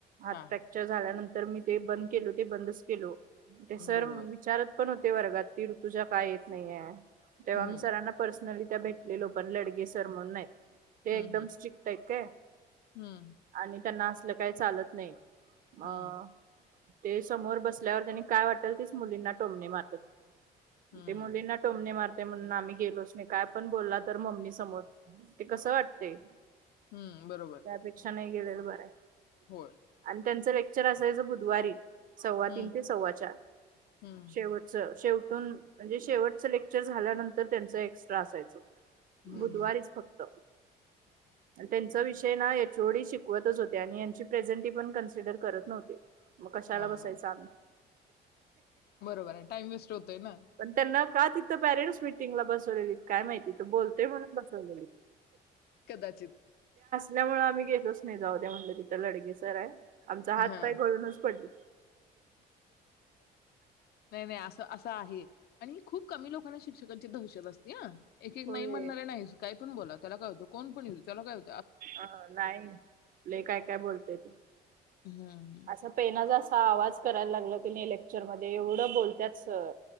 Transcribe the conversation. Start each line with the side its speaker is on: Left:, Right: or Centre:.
Right: फ्रॅक्चर
Left: हा हा हा
Right: झाल्यानंतर तर मी ते बंद केलो ते बंदच केलो. ते
Left: हम्म,
Right: सर
Left: बरोबर
Right: विचारत पण होते. ते वर्गातील ऋतूजा का येत नाहीये? तेव्हा
Left: हम्म
Right: मी सरांना पर्सनली तिथं भेटलेलो पण लडगे सर म्हणून नाहीत. ते
Left: हम्म
Right: एकदम
Left: हम्म
Right: स्ट्रिक्ट आहेत काय
Left: हम्म
Right: आणि त्यांना अस तसल काय चालत नाही. अ
Left: हम्म
Right: ते समोर बसल्यावर त्यांनी काय वाटल तीच मुलींना टोमणे मारत्यात.
Left: हम्म
Right: ते मुलीना टोमने मार ते म्हणून आम्ही गेलोच नाही काय पण बोलला तर मम्मी समोर ते कस वाटतय
Left: हम्म बरोबर
Right: त्यापेक्षा नाही गेलेल. बरं
Left: होय
Right: आणि त्यांचं लेक्चर असायचं बुधवारी सव्वा
Left: हम्म
Right: तीन ते सव्वा चार
Left: हम्म
Right: शेवटच शेवटून म्हणजे शेवटच लेक्चर झाल्यानंतर त्यांच एक्स्ट्रा असायच.
Left: हम्म
Right: बुधवारीच
Left: हम्म हा
Right: फक्त
Left: हा.
Right: अन त्यांन च विषय नाय हाय च वडील शिकवतच होते आणि यांची प्रेजें ते पण कन्सिडर करत नव्हते कशाला
Left: हा
Right: बसायचं
Left: हा.
Right: आम्ही
Left: बरोबर आहे, टाइम वेस्ट होतोय ना
Right: पण त्यांना का तिथ पॅरेंट्स मीटिंगला बसवलेलीत काय माहित. तिथं बोलतेय म्हणून बसवलेले
Left: कदाचित
Right: त्यामुळे आम्ही गेलोच नाही जाऊ दे म्हलं तिथं लडगे तर हाय आमचा हात
Left: हा
Right: पाय घळूनच पडली
Left: नाही नाही असं असं आहे आणि खूप कमी लोकांना शिक्षकांची दहशत असते ह एक एक नाही
Right: होय
Left: म्हणणारे नाहीच काय कोण पण बोला त्याला काय होत कोणपण येऊदे त्याला काय हो
Right: अ नाहीले लई काय काय बोलतेय तू
Left: हम्म
Right: असा पेनाचा असा आवाज करायला लागला लेक्चरमध्ये एवढं बोलत्यात सर